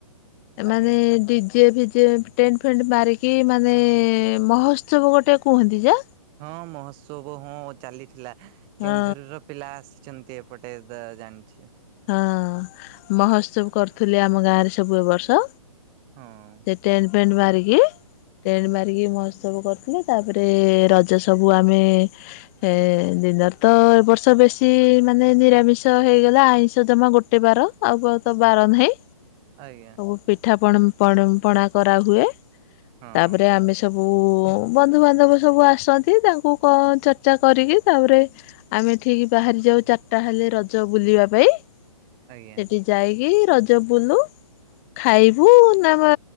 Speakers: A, on the right; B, on the left.
A: ଆଜ୍ଞା
B: ମାନେ ଡିଯେ ଫିଯେ ଟେଣ୍ଟେ ଫେଣ୍ଡେ ମାରିକି ମାନେ ମହୋତ୍ସବ ଗୋଟେ କୁହନ୍ତି ଯେ
A: ହଁ ମହୋତ୍ସବ ହଁ ଚାଲିଥିଲା
B: ହଁ
A: କେଉଁଝରର ପିଲା ଆସିଛନ୍ତି। ତୀ ଏପଟେଦ ଜାଣିଛି ଆଉ
B: ହଁ ମହୋତ୍ସବ କରୁଥିଲି ଆମ ଗାଁରେ ସବୁ ଏ ବର୍ଷ।
A: ହଁ।
B: ସେ ଟେଣ୍ଟେ ଫେଣ୍ଡ ମରିକି ଟେଣ୍ଡ ମାରିକି ମହୋତ୍ସବ କରିଥିଲେ ତାପରେ ରଜ ସବୁ ଆମେ ହେ ଦିନରେ ତ ଏବ ବର୍ଷ ବେଶୀ ମାନେ ନିରାମିଷ ହେଇଗଲା ଆଇଁଷି ଜମା ଗୋଟେ ବାର ଆଉ ତ ବାର ନାହିଁ।
A: ଆଜ୍ଞା।
B: ସବୁ ପିଠା ପଣ ପଡ଼ ପଣା କରାହୁଏ
A: ହଁ
B: ତାପରେ ଆମେ ସ ସବୁ ବନ୍ଧୁବାନ୍ଧବ ସବୁ ଆସନ୍ତି ତାଙ୍କୁ କ ଚର୍ଚ୍ଚା କରିକି ତାପରେ ଆମେ ଠିକ୍ ବାହାରି ଯାଉ ଚାରିଟା ହେଲେ ରଜ ବୁଲିବା ପାଇଁ।
A: ଆଜ୍ଞା
B: ସେଠି ଯାଇକି ରଜ ବୁଲୁ। ଖାଇବୁ ନା ମ